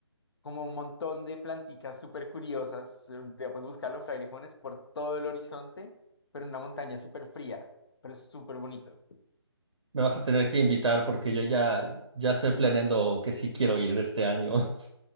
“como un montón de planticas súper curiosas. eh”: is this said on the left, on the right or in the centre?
Left